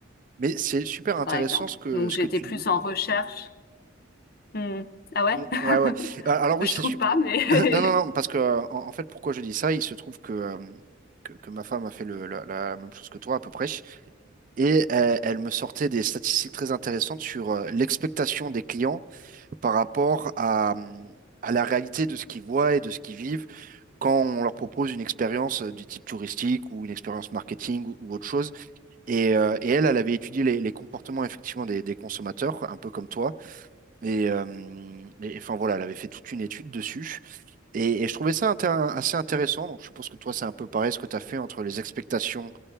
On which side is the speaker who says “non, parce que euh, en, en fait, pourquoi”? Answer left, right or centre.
Right